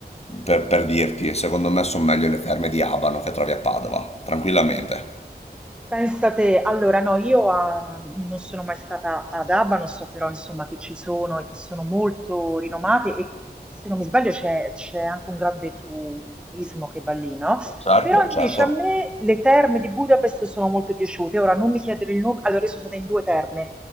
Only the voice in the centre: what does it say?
Pensa te, allora no, io a- non sono mai stata ad Abano, so però insomma che ci sono e che sono molto rinomate e se non mi sbaglio c'è c'è anche un grande turismo che va lì, no?
Però
invece a me le terme di Budapest sono molto piaciute, ora non mi chiedere il nome, allora io sono stata in due terme,